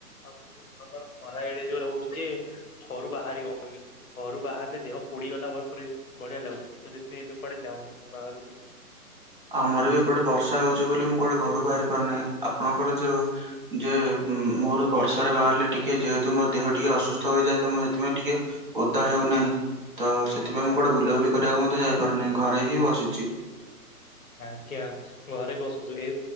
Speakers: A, on the left; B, on the right.
A: ଆଉ ପୁଣି ଖରା ଏଡେ ଜୋରେ ହଉଚି ଯେ ଘରୁ ବାହାରି ହଉନି। ଘରୁ ବାହାରିଲେ ଦେହ ପୋଡିଗଲା ଭ ପରି ଭଳିଆ ଲାଗୁଚି। ତ ସେଥିପାଇଁ ଏବେ କୁଆଡେ ଯାଉନି ମୁଁ ବାହାରକୁ।
B: ଆମର ବି ଏପଟେ ବର୍ଷା ହଉଚି ବୋଲି ମୁଁ କୁଆଡେ ଘରୁ ବାହାରି ପାରୁନାହିଁ। ଆପଣଙ୍କର ଯୋଉ ଯେ ଉଁ ମୋର ବର୍ଷାରେ ବାହାରିଲେ ଟିକେ ଯେହେତୁ ମୋ ଦେହ ଟିକେ ଅସୁସ୍ଥ ହୋଇଯାଏ, ତ ମୁଁ ହେଥିପାଇଁ ଟିକେ ଓଦା ହେଉନାହିଁ। ତ ସେଥିପାଇଁ ମୁଁ କୁଆଡେ ବୁଲାବୁଲି କରିବାକୁ ମଧ୍ୟ ଯାଇପାରୁନାହିଁ। ଘରେ ହିଁ ବସିଚି।
A: ଆଜ୍ଞା। ଘରେ ବସନ୍ତୁ। ଏ